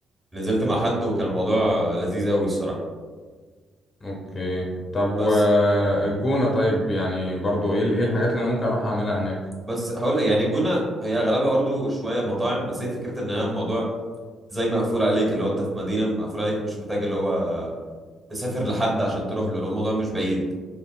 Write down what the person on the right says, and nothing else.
نزلت مع حد وكان الموضوع لذيذ قوي الصراحة
بس
بس هقول يعني الجونة هي اغلبها برضو شوية مطاعم بس هي فكرة ان هي الموضوع زي مقفول عليك اللي هو انت في مدينة مقفول عليك مش محتاج اللي هو تسافر لحد عشان تروح له لو الموضوع مش بعيد